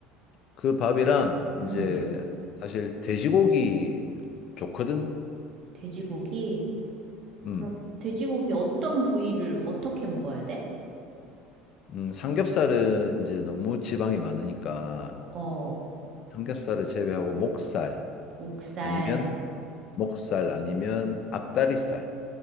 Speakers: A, on the left; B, on the right.
A: 그 밥이랑 이제
B: 음,
A: 사실 돼지고기 좋거든?
B: 돼지고기?
A: 음,
B: 그럼 돼지고기 어떤 부위를 어떻게 먹어야 돼?
A: 음, 삼겹살은 이제 너무 지방이 많으니까
B: 어,
A: 삼겹살을 제외하고 목살
B: 목살,
A: 아니면 목살 아니면 앞다리살.